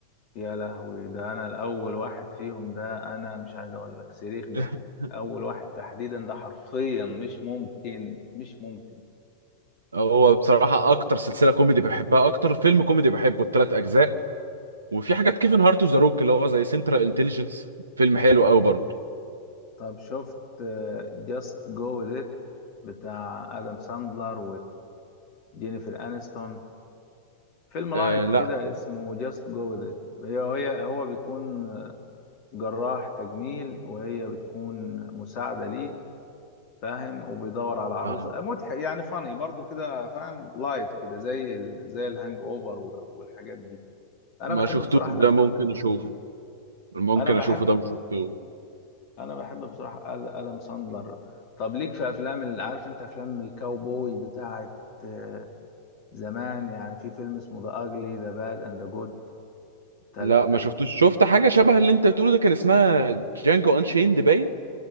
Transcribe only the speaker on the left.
يا لهوي ده انا الاول واحد فيهم ده انا مش عايز اقول لك صريخ ضحك
اول واحد تحديدا ده حرفيا مش ممكن مش ممكن
طب شفت جاست جو ديت بتاع ادم ساندلر وجينيفر انستون فيلم لايت
كده اسمه جاست جو ديت هي هي هو بيكون جراح تجميل وهي بتكون مساعدة ليه فاهم وبيدور على عروسه
مضحك يعني فاني برضو كده فاهم لايت كده زي ال... زي الهانج اوفر و... والحاجات دي انا
بحب
بصراحه
الافلام
الخفيفه
دي
انا بحب
انا بحب بصراحه آد- ادم ساندلر طب ليك في افلام اللي عارف انت افلام الكاوبوي بتاعه آه، زمان يعني في فيلم اسمه ذا اجلي ذا باد اند ذا جود ثلاثه
بيكونوا-